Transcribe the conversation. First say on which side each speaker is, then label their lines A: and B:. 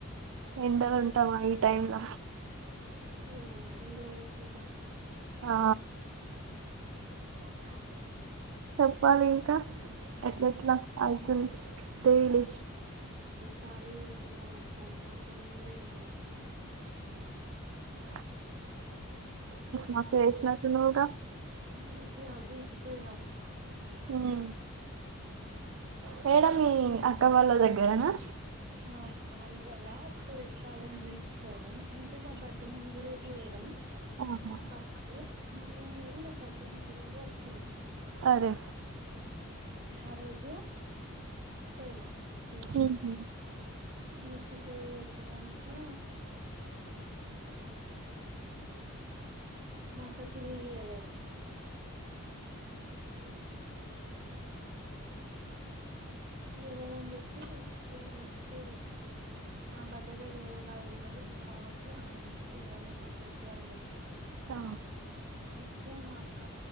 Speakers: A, on the right; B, on the right.
A: ఎండలుంటమా ఈ టైమ్ల
B: ఓ ఎండలుంటే కష్టం.
A: ఆ
B: స్మల్ గ్లాస్
A: చెప్పాలి ఇంకా ఎట్ట్లేట్లా అయితుంది డైలీ
B: కానీ ఇంటికి మళ్ళ అత్తంది ఇంటనే ఇంటలేదు.
A: హ్ మస్తు చేసినట్టున్నావుగా
B: మూజి ఆఫ్ థిస్ <unintelligible>
A: హ్ మేడం మీ అక్క వాళ్ళ దగ్గరనా?
B: ఆ ఆంధ్రలా కోల్పాలం బీచ్కి పోయినం. అంటే నా బర్త్డే ముందు రోజు పోయినం.
A: ఆహా
B: ఫస్ట్ మమ్మీవాల్లేమో నా బర్త్డే ముందు రోజు వచ్చింన్రు
A: అరె
B: ఆ రోజూ పోయినం బీచ్కి.
A: ఉహు,
B: బీచ్ పోయి వచ్చినంకా నా <inaudible> ఈయలేడు. ూస్త కార్య యాప్ ఈయలేడని చెప్పి ఇగ నెక్స్ట్డే నా బర్డే రోజు నా ఎల్లుడు డుమ్మ గొట్టు ఆనికి ఏదన్నా ఒకట్ చెప్పే అని చెప్పిన.
A: ఆ
B: చెప్తే మా అక్క